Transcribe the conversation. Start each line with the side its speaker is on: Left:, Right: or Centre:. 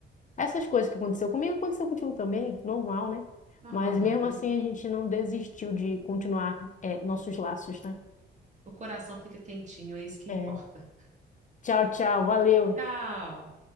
Left: Essas coisas que aconteceu comigo, aconteceu contigo também, normal, né?
Right: normal
Left: Mas
Right: da
Left: mesmo
Right: vida.
Left: assim a gente não desistiu de continuar é, nossos laços, né?
Right: O coração fica quentinho, é isso que
Left: É,
Right: importa.
Left: tchau, tchau, valeu.
Right: Tchau!